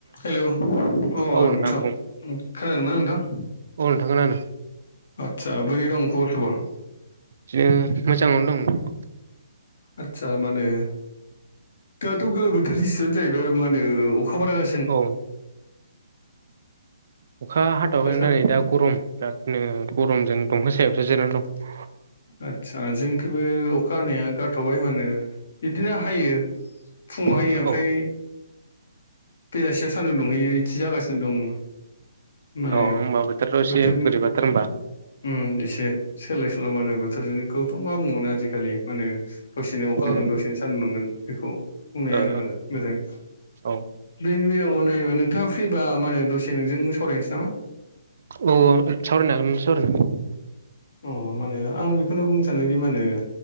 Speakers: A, on the left (about 60°); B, on the right (about 60°).
A: Hello अ'
B: औ
A: नोंथां
B: बुं
A: खोनादोंना नोंथां?
B: औ नोंथां खोनादो।
A: आदसा बोरै दं खबर सबर?
B: बिदिनो मोजाङावनो दं।
A: आतसा मानो दाथ' गोलोम बोथोरनि सिनो जाहैबाय मा होनो अखा बारा जा
B: औ अखा हाथ'खै
A: दासान्दि
B: दा नै दा गरम बिरादनो गरमजों दंफां सायावसो जिरनानै दं।
A: आदसा जोंखैबो अखा हानाया गारथ'बाय मानो बिदिनो हायो फुङाव होयो
B: दं
A: ओमफ्राय
B: औ
A: बेलासियाव सान्दुं दुंहैयो इदि जागासिनो दं। माने
B: अ होमबा बोथोरथ' एसे
A: बोथोरनि
B: बोरै बाथार होमबा।
A: उम एसे सोलाय सोल' मा होनो बोथोरखौथ' मा बुंबावनो आजि खालि माहोनो दसेनो अखा
B: उम
A: होगोन दसेनो सान्दुं नांगोन बेखौ बुंनाया
B: ओ
A: आरो मोजां मोजाङै।
B: ओ औ
A: बेन बेलामाव नायोबा नोंथाङा फ्रिबा मा होनो दसे नोंजों सावरायनोसै नामा?
B: अ सावरायनो हागोन सावरायनो।
A: अ माने आं बेखौनो बुंसै जानो बे मा होनो